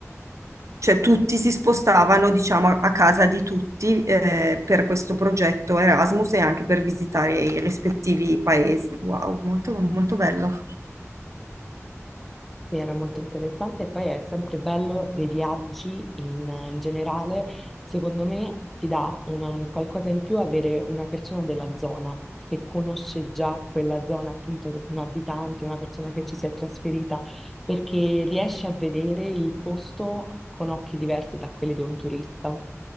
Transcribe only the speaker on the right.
Cioè tutti si spostavano, diciamo, a a casa di tutti eh, per questo progetto Erasmus e anche per visitare i rispettivi paesi. Wow, molto, molto bello.